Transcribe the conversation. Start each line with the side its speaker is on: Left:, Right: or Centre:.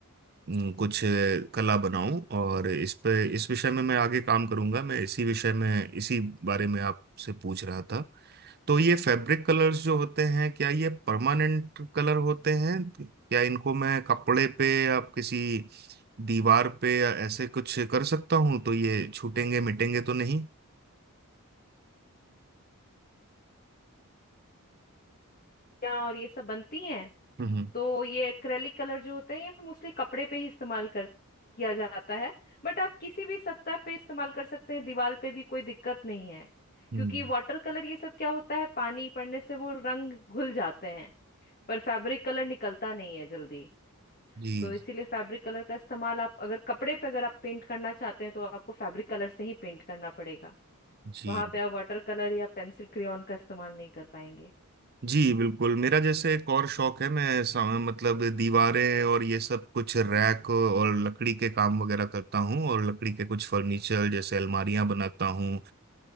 Right: हम्म, कुछ अ, कला बनाऊं और इस पे इस विषय में मैं आगे काम करूंगा मैं इसी विषय में इसी बारे में आपसे पूछ रहा था तो ये फैब्रिक कलर्स जो होते हैं क्या ये परमानेंट कलर होते हैं क्या इनको मैं कपड़े पे या किसी दीवार पे या ऐसे कुछ कर सकता हूँ तो ये छूटेंगे मिटेंगे तो नहीं
Left: क्या और ये सब बनती हैं
Right: हम्म
Left: तो ये एक्रेलिक कलर जो होते हैं ये मोस्टली कपड़े पे ही इस्तेमाल कर किया जाता है बट आप किसी भी सतह पे इस्तेमाल कर सकते हैं दीवार पे भी कोई दिक्कत नहीं है
Right: हम्म
Left: क्योंकि वाटर कलर ये सब क्या होता है पानी पड़ने से वो रंग घुल जाते हैं पर फैब्रिक कलर निकलता नहीं है जल्दी
Right: जी
Left: तो इसीलिए फैब्रिक कलर का इस्तेमाल आप अगर कपड़े पे अगर आप पेंट करना चाहते हैं तो आपको फैब्रिक कलर से ही पेंट करना पड़ेगा
Right: जी
Left: वहां पे आप वाटर कलर या पेंसिल क्रेयॉन का इस्तेमाल नहीं कर पाएंगे
Right: जी बिल्कुल मेरा जैसे एक और शौक है मैं सा- मतलब दीवारें और ये सब कुछ रैक और लकड़ी के काम वगैरह करता हूँ और लकड़ी के कुछ फर्नीचर जैसे अलमारियां बनाता हूँ